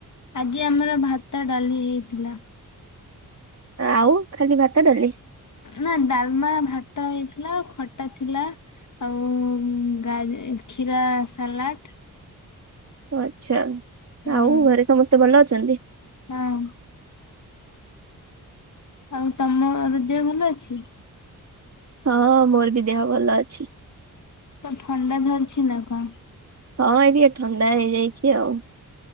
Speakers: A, on the left; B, on the right.
A: ଆଜି ଆମର ଭାତ ଡାଲି ହେଇଥିଲା।
B: ଆଉ ଖାଲି ଭାତ ଡାଲି
A: ନା ଡାଲମା ଭାତ ହେଇଥିଲା ଆଉ ଖଟା ଥିଲା। ଆଉ ଗା କ୍ଷୀରା ସାଲାଟ୍
B: ଓ ଆଚ୍ଛା
A: ହୁଁ।
B: ଆଉ ଘରେ ସମସ୍ତେ ଭଲ ଅଛନ୍ତି।
A: ହଁ ଆଉ ତମର ଦେହ ଭଲ ଅଛି
B: ହଁ ମୋର ବି ଦେହ ଭଲ ଅଛି।
A: ତ ଥଣ୍ଡା ଧରିଛି ନା କଣ
B: ହଁ ଏ ଟିକେ ଥଣ୍ଡା ହେଇଯାଇଛି ଆଉ